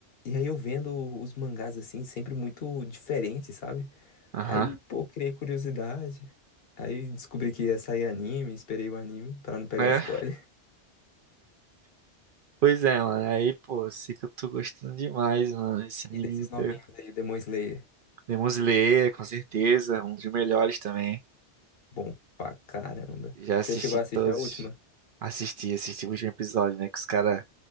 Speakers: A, on the left; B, on the right.
A: e aí eu vendo os mangás assim, sempre muito diferentes, sabe?
B: aham.
A: Aí, pô, criei curiosidade. Aí descobri que ia sair anime, esperei o anime pra não pegar
B: É.
A: spoiler. <laughs>
B: Pois é, mano. Aí, pô, sei que eu tô gostando demais, mano. Esse anime
A: E desses
B: me pegou.
A: novinhos aí, o Demon Slayer.
B: Demon Slayer, com certeza. Um dos melhores também.
A: Bom pra caramba.
B: Já assisti
A: Você chegou a assistir
B: todos.
A: a última?
B: Assisti, assisti o último episódio, né? Que os caras